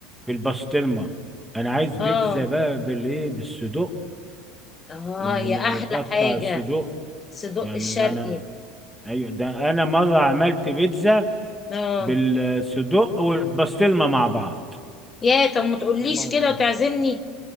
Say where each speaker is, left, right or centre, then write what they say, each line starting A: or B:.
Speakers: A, in the centre; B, on the left (about 20°).
A: بالبسطرمه انا عايز بيتزا
B: اه
A: بقى بالايه بالصدوق
B: اه
A: اللي
B: يا احلى
A: متقطع
B: حاجه
A: الصدوق
B: صدق
A: يعني
B: الشرقي
A: ده انا ايوه ده انا مره عملت بيتزا
B: اه
A: بالصدق والبسطرمه مع بعض
B: يا طب ما تقوليش
A: ما
B: كده وتعزمني